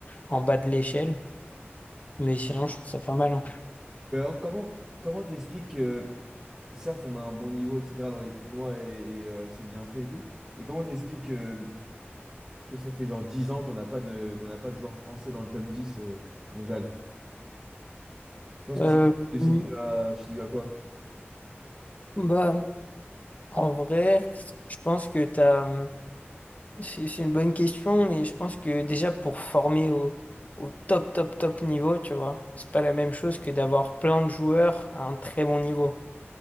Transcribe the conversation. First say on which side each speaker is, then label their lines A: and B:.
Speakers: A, on the left (about 35°); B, on the right (about 20°).
A: en bas de l'échelle. Mais sinon, je trouve ça pas mal. hein.
B: Mais alors, comment comment t'expliques que, certes, on a un bon niveau, etc., dans les tournois et, et, euh, c'est bien fait et tout, mais comment t'expliques que. que ça fait genre 10 ans qu'on n'a pas de, qu'on n'a pas de joueur français dans le top 10 euh, mondial. Tu penses
A: Euh,
B: que c'est c'est
A: mm,
B: dû à, c'est dû à quoi?
A: bah, en vrai, je pense que t'as, hum, c'est c'est une bonne question, mais je pense que déjà pour former au, au top, top, top niveau, tu vois, c'est pas la même chose que d'avoir plein de joueurs à un très bon niveau.